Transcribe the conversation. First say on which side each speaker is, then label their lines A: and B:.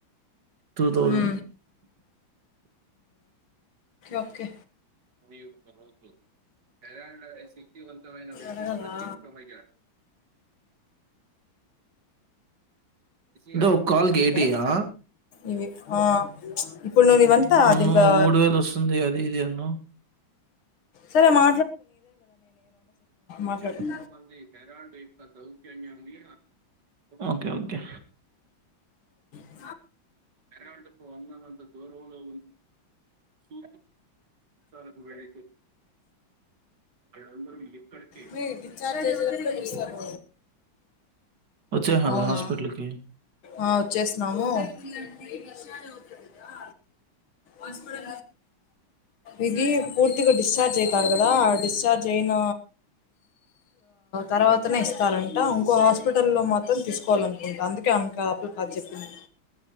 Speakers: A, on the right; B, on the left.
A: టూ థౌసండ్
B: హు ఒకే
A: వియోత హేరా సిక్తివంతమైన వ్యక్తి
B: అడగలా
A: ప్రత్యమైజడు ఇదో ఒక కాల్ కేటీయా
B: ఇవే ఇవి ఆ ఇప్పుడు ను వంతా
A: మొన్న
B: అది ఇకా
A: మూడు వేలు వస్తుంది అది ఇది అన్నావు
B: సరే మా మాట్లాడుకో
A: చాలా మంది హెరాల్డ్ యొక్క సౌజన్యాన్ని ఓకే ఓకే
B: ఆ
A: ఎంటప్పు వంద అంత దరవంలో సూ కు వెళ అళందరూ ఎక్కడికే
B: మీ డిశ్చార్జ్
A: ఇటే
B: చేసేటప్పుడే
A: దేచ్చ
B: చూస్తారు
A: వచ్చాార
B: అవునా
A: హాస్పిటల్కిి
B: ఆ వచ్చేసిన్నాము దా అ హస్పిటల్ా ఇది పూర్తిగా డిశ్చార్జ్ అయితారు కదా డిశ్చార్జ్ అయిన తర్వాతనే ఇస్తారంట ఇంకో హాస్పిటల్ లో మాత్రం తీసుకోవాలనుకుంటా అందుకే ఆమె కా అప్పులు కాదు చెప్పింది